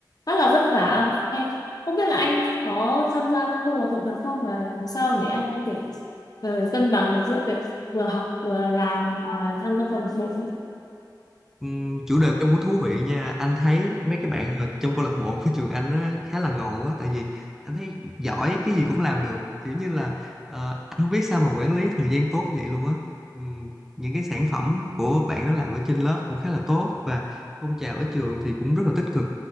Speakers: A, on the left (about 55°); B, in the centre.
A: rất là vất vả. Em không biết là anh có tham gia các câu lạc bộ nào không và làm sao để anh có thể ờ, cân bằng được giữa việc vừa học vừa làm và tham gia câu lạc bộ
B: ừm, chủ đề của em cũng thú vị nha anh thấy mấy cái bạn mà trong câu lạc bộ của trường anh á, khá là ngầu á tại vì anh thấy giỏi cái gì cũng làm được kiểu như là ờ, anh không biết sao mà quản lý thời gian tốt vậy luôn á Ừm, những cái sản phẩm của bạn đó làm ở trên lớp cũng khá là tốt và phong trào ở trường thì cũng rất là tích cực